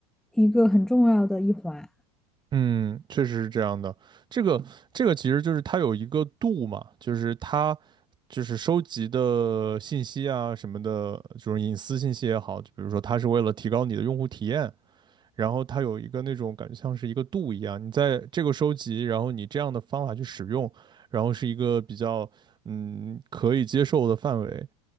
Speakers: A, in the centre; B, on the right.
A: 一个很重要的一环。
B: 嗯，确实是这样的。这个这个其实就是它有一个度嘛，就是它就是收集的信息啊什么的，就是隐私信息也好，就比如说它是为了提高你的用户体验，然后它有一个那种感觉像是一个度一样，你在这个收集，然后你这样的方法去使用，然后是一个比较嗯可以接受的范围。